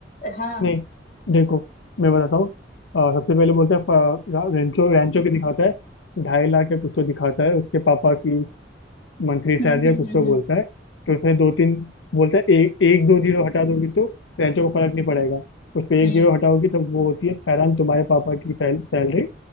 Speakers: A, on the left; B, on the left.
A: हाँ
B: नहीं देखो मैं बताता हूँ अ, सबसे पहले बोलते हैं फ- रा- रेंचो रेंचो की दिखाता है ढाई लाख या कुछ तो दिखाता है उसके पापा की मंथली
A: हम्म
B: सैलरी
A: हम्म
B: या कुछ
A: हम्म
B: तो बोलता है तो उसमें दो तीन बोलता है एक एक दो जीरो हटा दोगी तो रेंचो को फर्क नहीं पड़ेगा उसमें एक
A: हम्म
B: जीरो हटाओगी तब वो होती है फैरान तुम्हारे पापा की सैलरी